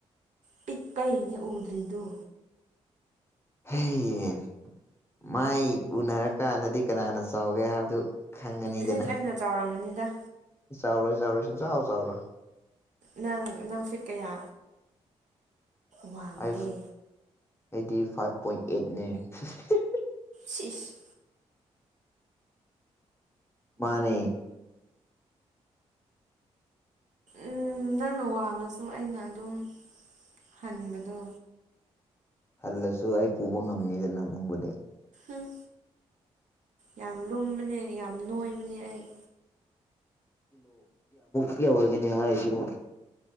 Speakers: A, on the right; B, on the left.
A: ꯄꯤꯛꯄꯩꯅꯦ ꯎꯗ꯭ꯔꯤꯗꯨ
B: ꯍꯩꯏꯟ ꯃꯥꯏ ꯎꯅꯔꯀꯥꯟꯗꯗꯤ ꯀꯅꯥꯅ ꯆꯥꯎꯒꯦ ꯍꯥꯏꯕꯗꯨ ꯈꯪꯉꯅꯤꯗꯅ
A: ꯍꯩꯆ ꯑꯩꯅ ꯆꯥꯎꯔꯃꯅꯤꯗ
B: ꯆꯥꯎꯔꯣꯏ ꯆꯥꯎꯔꯣꯏ ꯁꯨꯡꯆꯥꯎ ꯆꯥꯎꯔꯣꯏ
A: ꯅꯪ ꯅꯪ ꯐꯤꯠ ꯀꯌꯥ ꯋꯥꯡꯒꯦ
B: ꯑꯩ ꯑꯩꯗꯤ ꯐꯥꯏꯚ ꯄꯣꯏꯟ ꯑꯩꯠꯅꯦ ꯍꯤ ꯍꯤ ꯍꯤꯍꯤ
A: ꯁꯤꯁ
B: ꯃꯥꯅꯦ
A: ꯎꯝ ꯅꯪꯅ ꯋꯥꯡꯉꯁꯨ ꯑꯩꯅ ꯑꯗꯨꯝ ꯍꯟꯕꯗꯣ
B: ꯍꯜꯂꯁꯨ ꯑꯩ ꯄꯨꯕ ꯉꯝꯅꯤꯗꯅ ꯅꯪꯕꯨꯗꯤ
A: ꯎꯝ ꯌꯥꯝ ꯂꯨꯝꯕꯅꯦ ꯌꯥꯝ ꯅꯣꯏꯕꯅꯦ ꯑꯩ
B: ꯄꯔꯤꯌꯥ ꯑꯣꯏꯒꯦꯅꯦ ꯍꯥꯏꯁꯤꯕꯨ